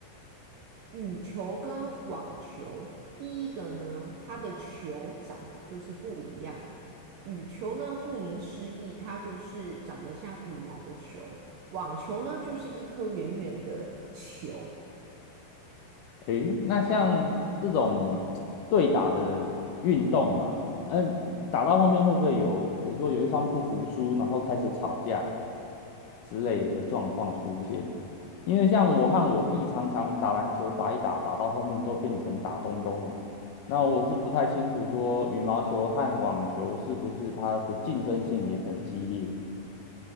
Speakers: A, on the right; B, on the left.
A: 羽球跟网球，第一个呢，它的球长得就是不一样。羽球呢，顾名思义，它就是长得像羽毛的球；网球呢，就是一颗圆圆的球。
B: 诶，那像这种对打的运动啊，嗯，打到后面会不会有，比如说有一方不服输，然后开始吵架之类的状况出现呢？因为像我和我弟常常打篮球，打一打，打到后面都变成打东东了。那我是不太清楚说羽毛球和网球是不是它的竞争性也很激烈，